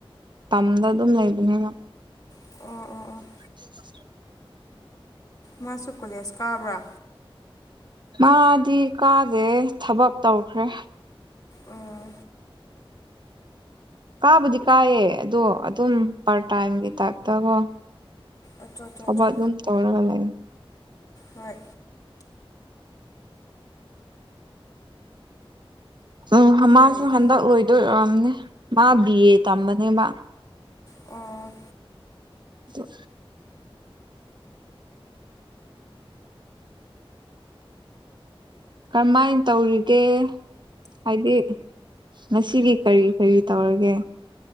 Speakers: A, on the right; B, on the left.
A: ꯇꯝꯗ ꯑꯗꯨꯝ ꯂꯩꯕꯅꯤꯅ
B: ꯑꯣ ꯑꯣ ꯑꯣꯥ
A: <unintelligible>
B: ꯃꯥꯁꯨ ꯀꯣꯂꯦꯖ ꯀꯥꯕ꯭ꯔꯥ
A: ꯃꯥꯗꯤ ꯀꯥꯗꯦ ꯊꯕꯛ ꯇꯧꯈ꯭ꯔꯦ
B: ꯑꯣ
A: ꯀꯥꯕꯨꯗꯤ ꯀꯥꯏꯌꯦ ꯑꯗꯣ ꯑꯗꯨꯝ ꯄꯥꯔ ꯇꯥꯏꯝꯒꯤ ꯇꯥꯏꯞꯇꯀꯣ
B: ꯑꯆꯥ ꯑꯆꯥ
A: ꯊꯕꯛ
B: ꯑꯆꯥ
A: ꯑꯗꯨꯝ ꯇꯧꯔꯒ ꯂꯩꯦ
B: ꯍꯣꯏ
A: ꯎ ꯍꯁꯨ
B: ꯐꯩ
A: ꯍꯗ ꯑꯣꯏꯣꯏ <inaudible> ꯑꯗꯨ ꯑꯣꯏꯔꯝꯅꯦ ꯃꯥ ꯕꯤ ꯑꯦ ꯇꯝꯕꯅꯦꯕ
B: ꯑꯣ
A: ꯎ ꯀꯔꯝꯃꯥꯏꯅ ꯇꯧꯔꯤꯒꯦ ꯍꯥꯏꯗꯤ ꯉꯁꯤꯗꯤ ꯀꯔꯤ ꯀꯔꯤ ꯇꯧꯔꯒꯦ